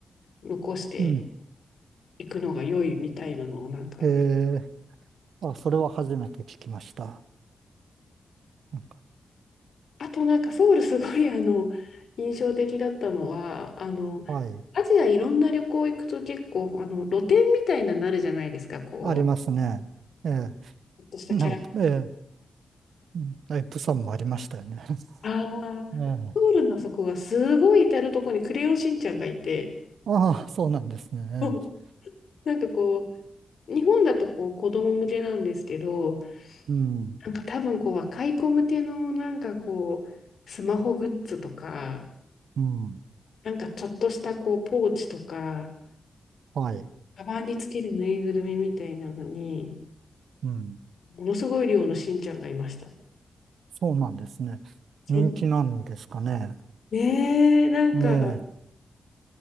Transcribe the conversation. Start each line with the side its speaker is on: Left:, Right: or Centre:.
Left: 残して
Right: い。うん。
Left: いくのが良いみたいなのを、なんか、
Right: ええ、あ、それは初めて聞きました。なんか、
Left: あとなんかソウルすごいあの <laughs> 印象的だったのはあのアジアいろんな旅行行くと結構あの露店みたいなのなるじゃないですかこう
Right: はい。ありますね。ええ、
Left: ちょっとしたキャラ
Right: なんか、ええ、うんあプサンもありましたよね。
Left: ああソウルのあそこがすごい至るとろに「クレヨンしんちゃん」がいて
Right: <laughs> ええ、ああ、そうなんですね。
Left: そう
Right: え
Left: <laughs> なんかこう日本だとこう子供向けなんですけど
Right: え、うん、
Left: なんか多分こう若い子向けのなんかこうスマホグッズとか
Right: うん、
Left: なんかちょっとしたこうポーチとか
Right: はい。
Left: カバンにつけるぬいぐるみみたいなのに、
Right: うん、
Left: ものすごい量のしんちゃんがいました。
Right: そうなんですね。
Left: そう。
Right: 人気なんですかね。
Left: ねえ、なんか
Right: ええ、